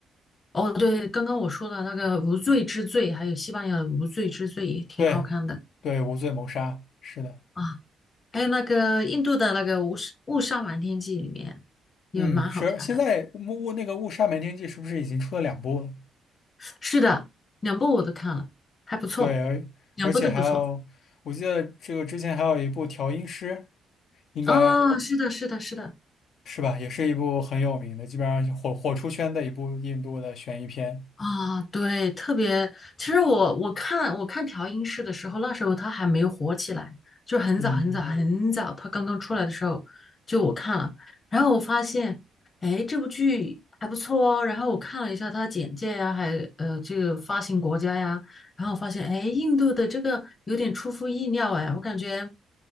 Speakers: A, on the left; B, on the left.
A: 哦，对，刚刚我说的那个《无罪之罪》，还有西班牙的《无罪之罪》也挺好看的
B: 对对，无罪谋杀是的。
A: 啊，还有那个印度的那个《误杀误杀瞒天记》里面也蛮好看的。
B: 嗯，是，现在雾雾那个误杀瞒天记是不是已经出了两部了？
A: 是的，两部我都看了，还不错，
B: 对，而而且还有，
A: 两部都不错。
B: 我记得这个之前还有一部调音师，应该
A: 哦，是的，是的，是的。
B: 是吧，也是一部很有名的，基本上火火出圈的一部印度的悬疑片。
A: 啊，对，特别，其实我我看我看调音师的时候，那时候他还没有火起来，就是很早很早很早，
B: 嗯。
A: 他刚刚出来的时候，就我看了，然后我发现，哎，这部剧还不错哦，然后我看了一下它的简介呀，还呃这个发行国家呀，然后我发现，哎，印度的这个有点出乎意料，哎，我感觉